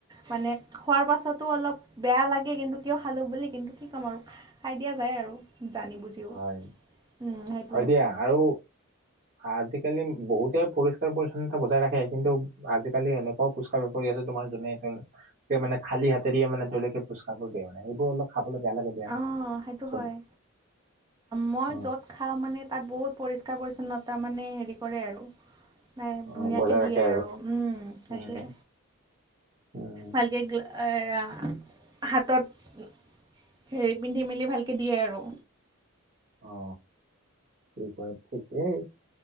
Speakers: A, on the right; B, on the right.
A: মানে খোৱাৰ পাছতো অলপ বেয়া লাগে কিন্তু কিয় খালো বুলি কিন্তু কি ক'ম আৰু খা খাই দিয়া যায় আৰু জানি বুজিও
B: হয়
A: উম সেই
B: হয় দিয়া আৰু আজিকালি বহুতে পৰিষ্কাৰ পৰিচ্ছন্নতা বজাই ৰাখে কিন্তু আজিকালি এনে এনেকুৱাও ফুচকা বেপাৰী আছে তোমাৰ যোনে তেওঁ তেওঁ মানে খালী হাতেদি মানে তেওঁ ফুচকাবোৰ দিয়ে মানে সেইবোৰ অলপ খাবলৈ বেয়া লাগে দিয়া
A: অহ সেইটো
B: চোন
A: হয় মই
B: অ
A: য'ত খাওঁ মানে তাত বহুত পৰিষ্কাৰ পৰিচ্ছন্নতা মানে হেৰি কৰে আৰু নাই
B: অ
A: ধুনীয়াকে
B: বজাই
A: দিয়ে
B: ৰাখে
A: আৰু উম সেইটোৱে
B: উম উম
A: ভালকে গ্ল এয়া হাতত হেৰি পিন্ধি মেলি ভালকে দিয়ে আৰু
B: অ কি কয় ঠিকেই